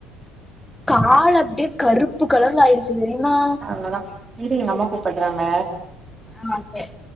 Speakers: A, in the centre; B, on the right.
A: கால் அப்டே கருப்பு கலர்ல ஆயிருச்சு <unintelligible>
B: அவ்ளோதா இரு எங்க அம்மா கூப்பட்றாங்க
A: ஆமாங் சார்